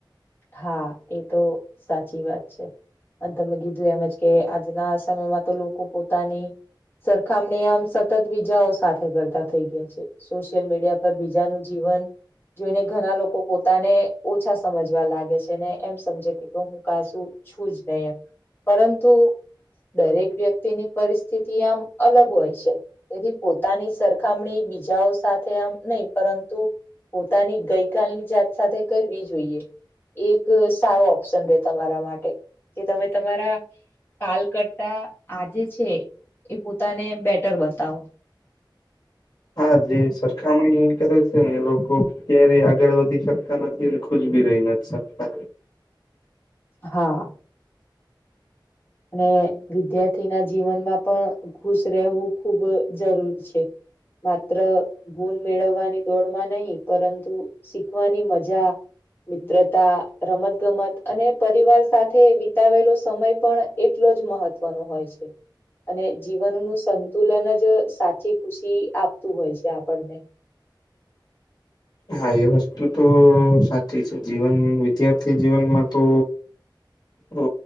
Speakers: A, on the left; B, on the left.
A: હા એ તો સાચી વાત છે અને તમે કીધું એમજ કે આજના સમયમાં તો લોકો પોતાની સરખામણી આમ સતત વિીજાઓ સાથે કરતા થઈ ગયા છે સોશિયલ મીડિયા પર બીજાનું જીવન જોઈને ઘણા લોકો પોતાને ઓછા સમજ લાગે છેને એમ સમજ કે હું કા શું છું જ નહી એમ પરંતુ દરેક વ્યક્તિની પરિસ્થિતિ આમ અલગ હોય છે તેથી પોતાની સરખામણી બીજાઓ સાથે આમ નહી પરંતુ પોતાની ગઈકાલની જાત સાથે કરવી જોઈએ એક સારો ઓપ્શન રે તમારા માટે કે તમે તમારા કાલ કરતા આજે છે એ પોતાને બેટર બતાવો
B: હા જે સરખામણી એ કરે છે ને એ લોકો ક્યારે આગળ વધી શકતા નથી અને ખુશ બી રહી નથી શકતા
A: હા અને વિદ્યાર્થી ના જીવનમાં પણ ખુશ રહેવું ખુબ જરૂર છે માત્ર ગુણ મેળવવાની દોડ માં નહીિ પરંતુ શીખવાની મજા મિત્રતા રમત ગમત અને પરિવાર સાથે વિતાવેલો સમય પણ એટલો જ મહત્વનો હોય છે અને જીવનનું સંતુલન જ સાચી ખુશી આપતું હોય છે આપણને
B: હા એ વસ્તુ તો સાચી છે જીવન વિદ્યાર્થી જીવનમાં તો હ